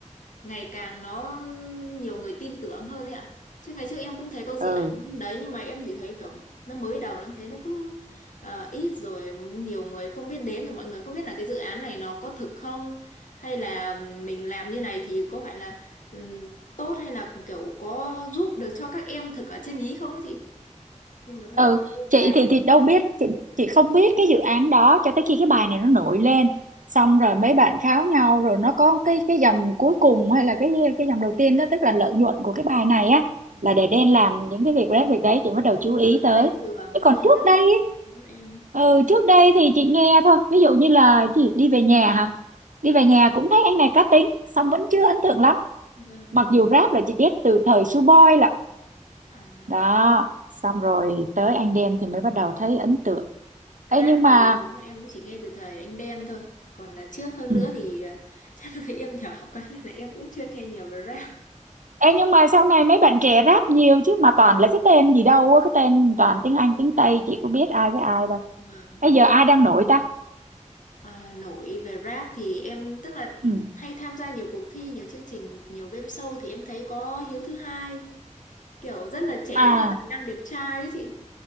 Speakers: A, on the left; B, on the right.
A: ngày càng nó nhiều người tin tưởng hơn ấy ạ chứ ngày trước em cũng thấy có dự
B: ừ
A: án đấy nhưng mà em chỉ thấy kiểu nó mới đầu em thấy nó cứ ờ, ít rồi nhiều người không biết đến rồi mọi người không biết là cái dự án này nó có thực không hay là mình làm như này thì có phải là ừm, tốt hay là kiểu có giúp được cho các em thực ở trên ý không ấy chị nhưng mà thôi
B: ừ
A: em thấy đi
B: chị
A: qua ấy
B: thì
A: ạ
B: thì đâu biết chị, chị không biết cái dự án đó cho tới khi cái bài này nó nổi lên xong rồi mấy bạn kháo nhau rồi nó có cái cái dòng cuối cùng hay là cái cái dòng đầu tiên đó tức là lợi nhuận của cái bài này á
A: Vâng.
B: là để đen làm những cái việc đấy việc đấy chị bắt đầu chú
A: Vâng,
B: ý tới
A: xây trường
B: chứ
A: xây
B: còn trước
A: lớp
B: đây ấy,
A: cho các em
B: ừ trước đây thì chị nghe thôi ví dụ như là cái gì đi về nhà hả đi về nhà cũng thấy anh này cá tính xong vẫn chưa ấn tượng lắm
A: vâng
B: mặc dù rap là chị biết từ thời Suboi là
A: à
B: đó xong rồi tới Anh Đen thì mới bắt đầu thấy ấn tượng
A: Rap
B: Ê nhưng mà
A: thì đúng là em cũng chỉ nghe từ thời anh Đen thôi. Còn là trước hơn
B: ừ.
A: nữa thì à, <laughs> chắc vì em nhỏ quá nên là em cũng chưa nghe nhiều về rap.
B: Ê nhưng mà sau này mấy bạn trẻ rap nhiều chứ mà toàn là cái tên gì đâu á, cái tên toàn tiếng Anh tiếng Tây chị có biết ai với ai đâu.
A: Vâng,
B: Bây
A: đúng
B: giờ ai
A: rồi.
B: đang nổi ta?
A: À, nổi về rap thì em tức là
B: Ừ.
A: hay tham gia nhiều cuộc thi, nhiều chương trình, nhiều game show thì em thấy có Hiếu thứ hai kiểu rất là trẻ,
B: À,
A: rất là tài năng đẹp trai ấy chị.